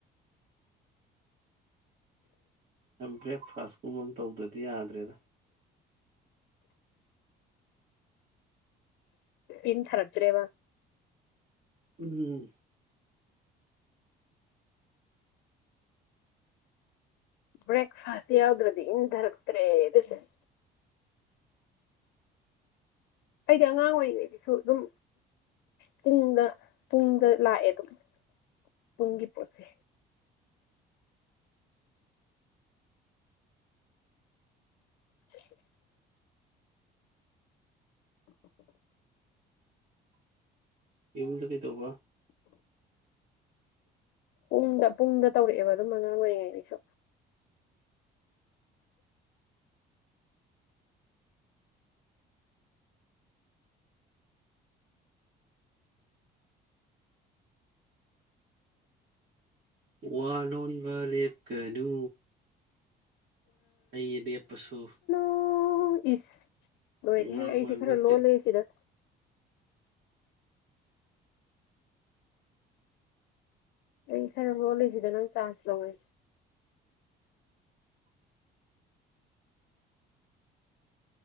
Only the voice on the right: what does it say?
ꯕ꯭ꯔꯦꯛꯐꯥꯁ ꯀꯨꯝꯕ ꯑꯝ ꯇꯧꯗꯔ꯭ ꯗꯤ ꯌꯥꯗ꯭ꯔꯦꯗ
ꯎꯝ
ꯌꯨꯝꯗ ꯀꯩꯗꯧꯕ
ꯋꯥ ꯂꯣꯟꯕ ꯂꯦꯞꯀꯅꯨ ꯑꯩ ꯂꯦꯞꯄꯁꯨ
ꯉꯥꯡꯉꯣꯏ
ꯅꯠꯇꯦ